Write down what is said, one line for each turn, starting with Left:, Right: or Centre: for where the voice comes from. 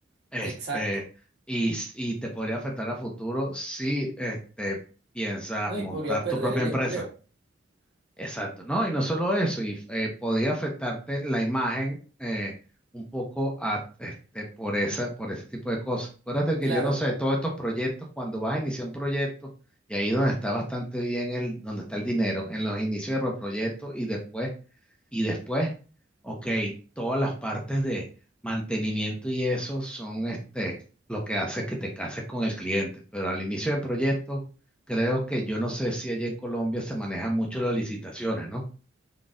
Centre: Este,
Right: Exacto.
Centre: y, s- y te podría afectar a futuro si este, piensas
Right: No,
Centre: montar
Right: y podría perder
Centre: tu propia
Right: el
Centre: empresa.
Right: empleo.
Centre: Exacto, ¿no? Y no solo eso, y eh, podría afectarte la imagen eh, un poco a, este, por esa, por ese tipo de cosas. Acuérdate que
Right: Claro,
Centre: yo no sé, todos estos proyectos, cuando vas a iniciar un proyecto, y ahí donde está bastante bien el, donde está el dinero, en los inicios de los proyectos y después y después, ok, todas las partes de mantenimiento y eso son este, lo que hace que te cases con el cliente. Pero al inicio del proyecto, creo que yo no sé si allá en Colombia se manejan mucho las licitaciones, ¿no?